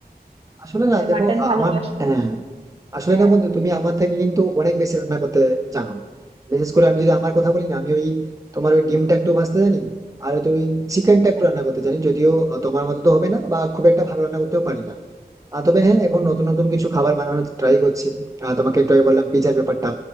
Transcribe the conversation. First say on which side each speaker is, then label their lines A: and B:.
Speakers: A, on the right; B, on the right.
A: আসলে
B: তুমি
A: না দেখো
B: মাটন
A: আ-
B: ভালোবাসো
A: আমার হ্যাঁ আসলে
B: হ্যাঁ
A: না বন্ধু তুমি আমার থেকে কিন্তু অনেক বেশি রান্না করতে জানো বিশেষ করে আমি যদি আমার কথা বলি না আমি ওই তোমার ওই ডিমটা একটু ভাজতে জানি আর তুমি চিকেনটা
B: আচ্ছা
A: একটু রান্না করতে জানি যদিও আহ, তোমার মতো তো হবে না বা খুব একটা ভালো রান্না করতেও পারি না আহ, তবে হ্যাঁ এখন নতুন নতুন কিছু খাবার বানানোর ট্রাই করছি আহ, তোমাকে একটু আগে বললাম পিজার ব্যাপারটা